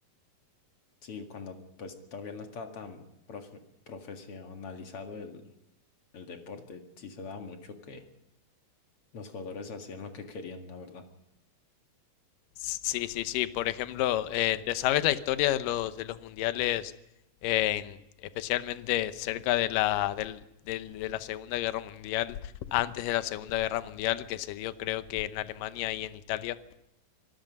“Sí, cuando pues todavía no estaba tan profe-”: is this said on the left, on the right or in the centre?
Left